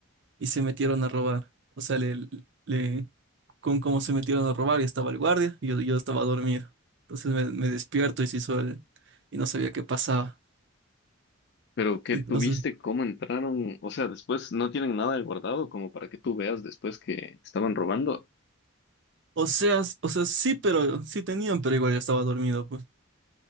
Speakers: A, on the right; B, on the left.
A: y se metieron a robar, o sea, le, le- con cómo se metieron a robar y estaba el guardia y yo, yo estaba dormido. Entonces me, me despierto y se hizo el, y no sabía qué pasaba.
B: Pero ¿qué
A: Entonces,
B: tuviste? ¿Cómo entraron? O sea, después no tienen nada de guardado como para que tú veas después que estaban robando.
A: o sea, s- o sea, sí, pero sí tenían, pero igual yo estaba dormido, pues.